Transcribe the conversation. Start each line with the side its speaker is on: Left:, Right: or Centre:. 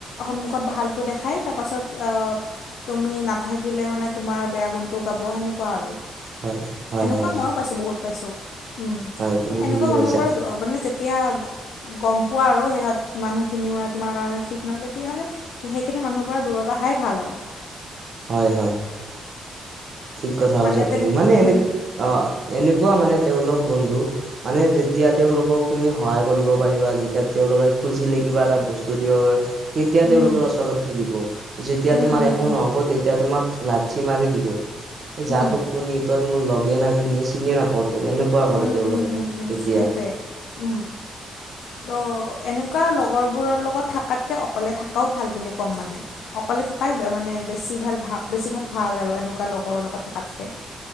Left: সন্মুখত ভালটো দেখাই তাৰপাছত অ! তুমি নাথাকিলে মানে তোমাৰ বেয়া গুণটো গাব সেনেকুৱা আৰু।
Right: হয় হয়
Left: এনেকুৱা
Right: হয়
Left: ময়ো পাইছোঁ বহুত পাইছোঁ উম
Right: হয় তুমি
Left: ত এনেকুৱা
Right: ঠিকে
Left: মানুহৰ
Right: কৈছা
Left: পৰা মানে যে ত্যাগ <inaudible> গম পোৱা আৰু সিহঁত মানুহখিনি মানে তোমাৰ কাৰণে ঠিক নহয় তেতিয়াহ'লে সেইখিনি মানুহৰ পৰা দূৰত আহাই ভাল আৰু।
Right: হয়-হয়। ঠিক কথা কৈছা
Left: মানে তেন
Right: তুমি। মানে এনে
Left: উম,
Right: অ', এনেকুৱা মানে তেওঁলোক বন্ধু মানে যেতিয়া তেওঁওলোকক তুমি সহায় কৰিব পাৰিবা, যেতিয়া তেওঁওলোকে খুজিলে কিবা এটা বস্তু দিব পাৰা তেতিয়া
Left: উম,
Right: তেওঁলোকে ওচৰত থাকিব, যেতিয়া
Left: উম,
Right: তোমাৰ
Left: উম,
Right: একো
Left: উম।
Right: নহ'ব তেতিয়া তোমাক লাঠি মাৰি দিব। এ
Left: উম,
Right: যা তোক কুনি, তই মোৰ লগে না কুনিয়ে চিনিয় নাপাও তোক এনেকুৱা কৰে
Left: উম,
Right: তেওঁলোকে।
Left: উম, উম, উম,
Right: তেতিয়া
Left: সেইটোৱে।
Right: <inaudible>
Left: উম, ত' এনেকুৱা লগৰবোৰৰ লগত থকাতকে অকলে থকাও ভাল বুলি ক'ম মানে। অকলে থকাই মানে বেছি ভাল বেছিভাগ ভাল আৰু এনেকুৱা লগৰ লগত থকাতকৈ।